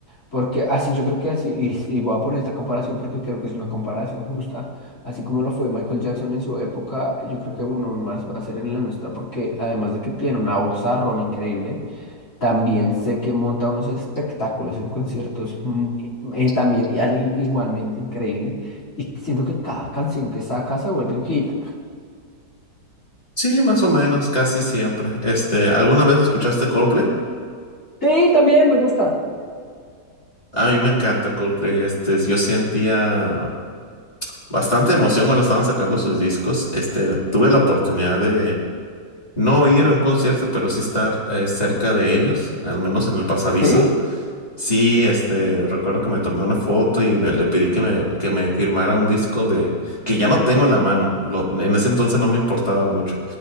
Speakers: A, on the left; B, on the left.
A: porque así yo creo que así, y, y voy a poner esta comparación porque creo que es una comparación justa, así como lo fue Michael Jackson en su época, yo creo que Bruno Mars va a ser en la nuestra, porque además de que tiene una vozarrón increíble, también sé que monta unos espectáculos en conciertos mm, eh, también y al- igualmente increíbles, y siento que cada canción que saca se vuelve un hit.
B: Sí, más o menos, casi siempre. Este, ¿alguna vez escuchaste Coldplay?
A: Sí, también me gusta.
B: A mí me encanta Coldplay. Este, yo sentía bastante emoción cuando estaban sacando sus discos. Este, tuve la oportunidad de No ir a un concierto, pero sí estar eh, cerca de ellos, al menos en el pasadizo.
A: ¿Sí?
B: Sí, este, recuerdo que me tomé una foto y me, le pedí que me, que me firmara un disco de, que ya no tengo en la mano, lo- en ese entonces no me importaba mucho,